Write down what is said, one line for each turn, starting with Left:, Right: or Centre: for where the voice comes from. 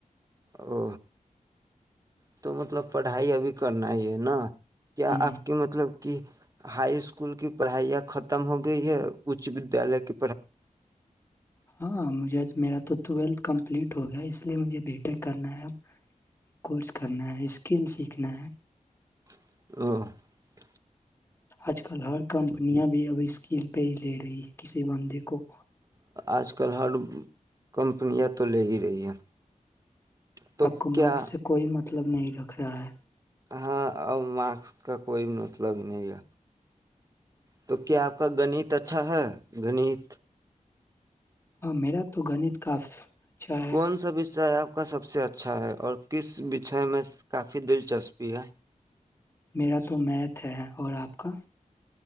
Right: او تو مطلب پڑھائی ابھی کرنا ہی ہے نا کیا
Left: ہ
Right: آپ کے مطلب کہ ہائی اسکول کی پڑھائیاں ختم ہو گئی ہے اچ ودیالیہ کے
Left: ہاں مجھے میرا تو ٹویلتھ کمپلیٹ ہو گیا اس لیے مجھے بی کرنا ہے کورس کرنا ہے اسکل سیکھنا ہے
Right: <inaudible>
Left: آج کل ہر کمپنییاں بھی ابھی اسکیل پہ ہی لے رہی ہے کسی بندے کو
Right: آج کل ہر کمپنیاں تو لے ہی رہی ہے تو
Left: آپ کو
Right: کیا
Left: مارک سے کوئی مت مطلب نہیں رکھ رہا ہے
Right: ہاں اور ماسک کا کوئی مطلب نہیں ہے تو کیا آپ کا گنت اچھا ہے گنیت
Left: ہاں میرا تو گنیت کاف اچھا ہے
Right: کون سا وشے آپ کا سب سے اچھا ہے اور کس وشے میں کافی دلچسپی ہے
Left: میرا تو میتھ ہے اور آپ کا